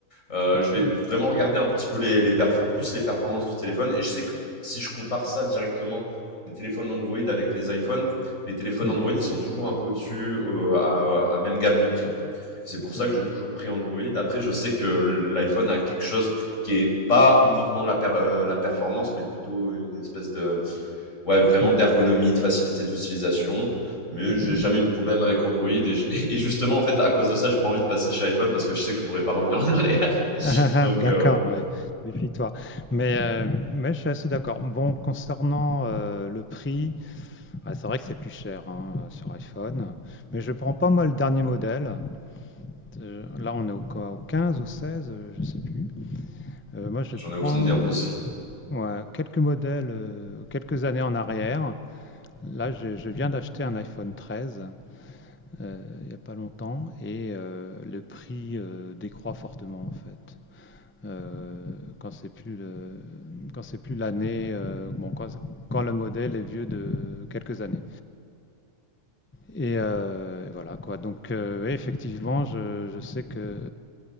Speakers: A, on the left (about 65°); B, on the left (about 15°).
A: euh,
B: Ouais,
A: je vais vraiment
B: ouais.
A: regarder un petit peu les, les perfo- plus les performances du téléphone. Et je sais que si je compare ça directement des téléphones Android avec les iPhones, les téléphones
B: Mhm.
A: Android, ils sont toujours un peu au-dessus, euh, à, à même gamme de prix. C'est pour
B: C'est
A: ça
B: vrai.
A: que j'ai toujours pris Android. Après, je sais que l'iPhone a quelque chose qui est pas uniquement la, per- euh, la performance, mais plutôt une espèce de, ouais, vraiment
B: Ouais.
A: d'ergonomie, de facilité d'utilisation. Mais j'ai
B: Mhm.
A: jamais eu de problème avec Android. Et, j- <laughs> et justement, en fait, à cause de ça, j'ai pas envie de passer chez iPhone parce que je sais que je pourrais pas revenir en arrière.
B: Ah, ah,
A: Donc
B: ah, d'accord,
A: euh, voilà.
B: ouais. Méfie-toi. Mais, euh, mais je suis assez d'accord. Bon, concernant euh, le prix, ah, c'est vrai que c'est plus cher hein, euh, sur iPhone. Mais je prends pas moi le dernier modèle. Euh, là, on est au quoi? Au 15, au 16, euh, je sais plus. Euh, moi, je
A: J'en
B: prends
A: ai aucune idée en plus.
B: ouais, quelques modèles, euh, quelques années en arrière. Là, je, je viens d'acheter un iPhone 13 euh, il n'y a pas longtemps et euh, le prix euh, décroît fortement en fait. euh, quand c'est plus le- quand c'est plus l'année, euh, bon, quand, quand le modèle est vieux de quelques années. Et, euh, et voilà quoi. Donc euh, ouais, effectivement, je, je sais que,